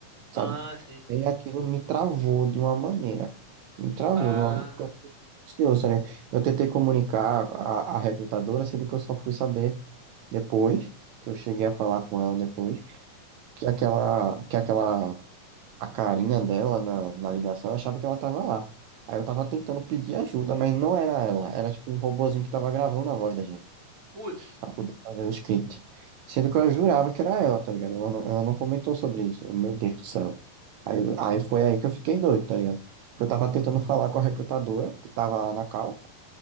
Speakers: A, on the right (about 80°); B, on the right (about 40°).
A: sabe?
B: Ah, sim.
A: E aquilo me travou de uma maneira, me travou
B: Ah,
A: de uma, porque eu fiquei ansioso, tá Eu tentei comunicar a, a recrutadora, sendo que eu só fui saber depois, que eu cheguei a falar com ela depois, que aquela, que aquela a carinha dela na, na ligação, eu achava que ela tava lá. Aí eu tava tentando pedir ajuda, mas não era ela. Era tipo um robozinho que tava gravando a voz da gente,
B: putz,
A: pra poder fazer o script. Sendo que eu jurava que era ela, tá ligado? Ela não, ela não comentou sobre isso. Eu, meu Deus do céu. Aí, eu- aí foi aí que eu fiquei doido, tá ligado? Porque eu tava tentando falar com a recrutadora, que tava lá na cal,